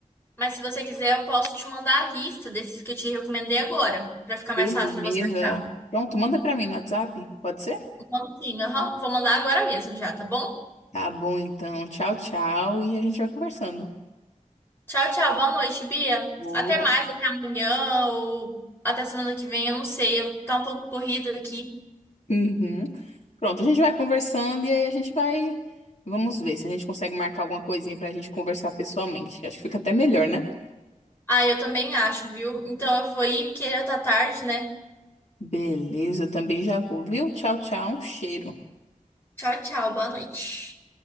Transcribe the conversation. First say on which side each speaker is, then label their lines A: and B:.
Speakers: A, on the left (about 15°); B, on the left (about 55°).
A: Mas se você quiser, eu posso te mandar a lista desses que eu te recomendei agora, para ficar
B: Beleza.
A: mais fácil
B: Beleza?
A: para você achar.
B: Pronto, manda para mim no WhatsApp, pode ser?
A: Mando sim, aham. Vou mandar agora mesmo já, tá bom?
B: Tá bom, então. Tchau, tchau. E a gente vai conversando.
A: Tchau, tchau. Boa noite, Bia.
B: Boa.
A: Até mais, até amanhã ou até semana que vem, eu não sei. Eu tá um pouco corrido aqui.
B: Uhum. Pronto, a gente vai conversando e aí a gente vai. Vamos ver se a gente consegue marcar alguma coisinha pra gente conversar pessoalmente. Acho que fica até melhor, né?
A: Ah, eu também acho, viu? Então eu vou ir porque já tá tarde, né?
B: Beleza, eu também já vou, viu? Tchau, tchau. Um cheiro.
A: Tchau, tchau, boa noite.